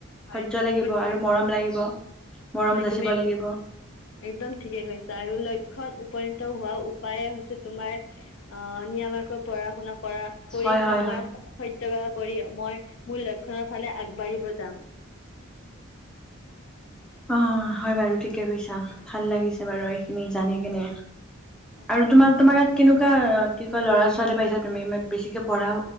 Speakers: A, on the left; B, in the centre.
A: হয়
B: ধৰ্য্য লাগিব
A: তুমি ঠিকে
B: আৰু মৰম লাগিব। মৰম
A: হয়
B: যাচিব
A: তুমি,
B: লাগিব
A: একদম ঠিকে কৈছা আৰু লক্ষ্য উপনীত হোৱা উপায়ে হৈছে তোমাৰ আঁ নিয়মীয়াকৈ পঢ়া শুনা কৰা, কৰি
B: হয়
A: সময়
B: হয় হয়।
A: সৎ কৰি মই মোৰ লক্ষণৰ ফালে আগবাঢ়িব যাম।
B: অ'! হয় বাৰু ঠিকে কৈছা! ভাল লাগিছে বাৰু এইখিনি জানি কিনে।
A: হয়
B: আৰু তোমাৰ, তোমাৰ ইয়াত কেনেকুৱা কি কয়, ল'ৰা ছোৱালী পাইছা তুমি? বেছিকে পঢ়া